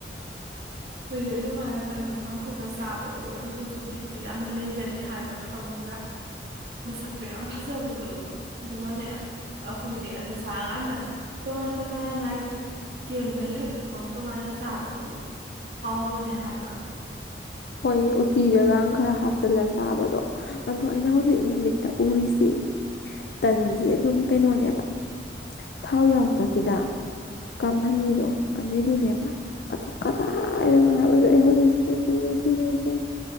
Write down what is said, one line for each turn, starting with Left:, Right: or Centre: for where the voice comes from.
Right: ꯀꯨꯏꯔꯦ ꯑꯗꯨꯃꯥꯏꯅ ꯇꯟꯗꯨꯨ ꯀꯥꯝꯈꯠꯄ ꯆꯥꯕꯗꯣ ꯑꯗꯨꯗꯨꯁꯨ ꯕꯤꯠꯇꯨ ꯌꯥꯝꯅ ꯂꯩꯕꯅꯦ ꯍꯥꯏꯕ ꯈꯪꯕ꯭ꯔꯥ ꯃꯁꯛꯇꯣ ꯌꯥꯝ ꯐꯖꯕꯗꯣ ꯑꯗꯨꯒꯅꯦ ꯑꯩꯈꯣꯏꯗꯤ ꯑꯗꯨ ꯆꯥꯔꯀꯥꯟꯗ ꯇꯣꯉꯥꯟꯅ ꯇꯣꯉꯥꯟꯅ ꯃꯥꯥꯏ ꯀꯦꯝꯕꯩ ꯁꯔꯨꯛꯇꯨꯒ ꯇꯣꯉꯥꯟꯅ ꯆꯥꯕꯗꯣ ꯍꯥꯎꯕꯅꯦ ꯍꯥꯏꯕꯥ
Left: ꯍꯣꯏ ꯎꯇꯤꯗꯒ ꯈꯔ ꯍꯥꯞꯆꯜꯂ ꯆꯥꯕꯗꯣ ꯑꯗꯣ ꯑꯩꯅ ꯍꯧꯖꯤꯛꯅꯦ ꯃꯤꯠꯇ ꯎꯔꯤꯁꯤ ꯇꯟꯁꯤ ꯑꯗꯨꯝ ꯀꯩꯅꯣꯅꯦꯕ ꯊꯥꯎ ꯌꯥꯎꯗꯕ ꯗ ꯀꯥꯝꯍꯟꯕꯤꯗꯣ ꯑꯗꯨꯏꯗꯨꯅꯦꯕ ꯑꯗꯨ ꯀꯗꯥꯏꯗꯅꯣ ꯍꯥꯏꯕꯁꯦ ꯑꯩ ꯍꯧꯖꯤꯛꯁꯦ ꯅꯤꯁꯤꯡꯉꯤꯁꯦ ꯁꯤꯒꯤꯁꯤ